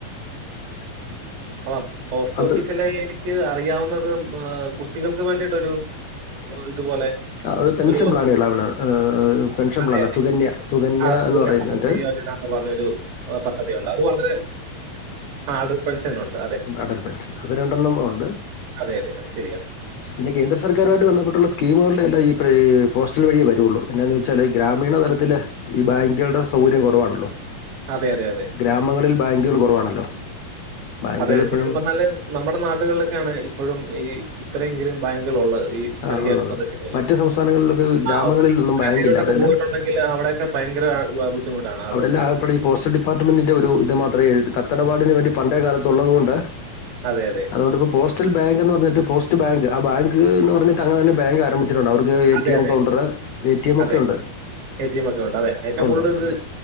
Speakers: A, on the left (about 75°); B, on the right (about 70°).
A: <unintelligible>
B: അപ്പ പോസ്റ്റ്
A: അത്
B: ഓഫീസിലെ ആയല് എക്ക് അറിയാവുന്നുന്നത് കുട്ടികൾക്ക് വേണ്ടിയിട്ടൊരു ഇതുപോലെ
A: അത് പെൻഷൻ
B: ഒരു
A: പ്ലാന്കളാണ്, പെൻഷൻ
B: അതെ
A: പ്ലാനാ
B: അതെ.
A: സുകന്യ സുകന്യ
B: ആ
A: എന്ന് പറയുന്നയുണ്ട്
B: സമൃദ്ധി യോജന പറഞ്ഞൊരു പദ്ധതിയുണ്ട് അത് വളരെ ആ അഡൽറ്റ് പെൻഷൻ ഉണ്ട്
A: അടൽറ്റ് പെൻഷൻ അത് രണ്ടെണ്ണം ഉണ്ട്
B: അതെ അതെ അത് ശരിയാണ്.
A: പിന്നെ കേന്ദ്ര സർക്കാരുമായി ബന്ധപ്പെട്ടിട്ടുള്ള സ്കീമുകൾ എല്ലാം ഈ പോസ്റ്റൽ വഴിയേ വരുള്ളൂ, എന്നാന്ന് വച്ചാൽ ഗ്രാമീണ തലത്തില് ഈ ബാങ്കുകളുടെ സൗകര്യം കുറവാണല്ലോ.
B: അതെ അതെ അതെ
A: ഗ്രാമങ്ങളിൽ ബാങ്കുകൾ കുറവാണല്ലോ ബാങ്കുകൾ
B: അതെ
A: ഇപ്പോഴും
B: ശരിക്കും പറഞ്ഞാല് നമ്മുടെ നാടുകളിലൊക്കെയാണ് ഇപ്പോഴും ഈ ഇത്രയെങ്കിലും ബാങ്കുകൾ ഉള്ളത്, ഈ
A: ആ
B: ചെറിയ
A: ഉള്ളത്
B: പ്രദേശങ്ങളിലെ,
A: മറ്റ് സംസ്ഥാനങ്ങളിലൊക്കെ ഗ്രാമങ്ങളിൽ
B: ആ സക്രാന്തിയിലോട്ടൊക്കെ
A: ഒന്നും ബാങ്കില്ല അവിടെയെല്ലാം
B: പോയിട്ടുണ്ടെ എങ്കിലും അ അവിടൊക്കെ ഭയങ്കര ബുദ്ധിമുട്ടാണ് ആളുകൾക്ക്.
A: അവിടെല്ലാം ആ അകപ്പടെ ഈ പോസ്റ്റ് ഡിപ്പാർട്ട്മെന്റിന്റെ ഒരു ഇത് മാത്രേ എഴുത്ത് കത്തെടപാടിന് വേണ്ടി പണ്ടേ കാലത്തുള്ളള്ളത് കൊണ്ട്
B: അതെ അതെ
A: അതുകൊണ്ട് ഇപ്പോ പോസ്റ്റൽ ബാങ്ക് എന്ന് പറഞ്ഞിട്ടിപ്പോ, പോസ്റ്റ് ബങ്ക് ആ ബാങ്ക് എന്ന് പറഞ്ഞിട്ട് അങ്ങെനെ തന്നെ ബാങ്ക് ആരംഭിച്ചു. ട്ടുണ്ട്. അവർക്ക് എ
B: അതെ,
A: ടി എം
B: അതെ.
A: കൗണ്ടർ എ ടി എം
B: അതെ.
A: ഒക്കെ ഉണ്ട്
B: എടിഎം ഒക്കെ ഉണ്ട്. അതെ. ഏറ്റവും
A: ഉണ്ട്
B: കൂടുതൽ
A: ഉണ്ട്
B: ഇത്
A: ഉണ്ട്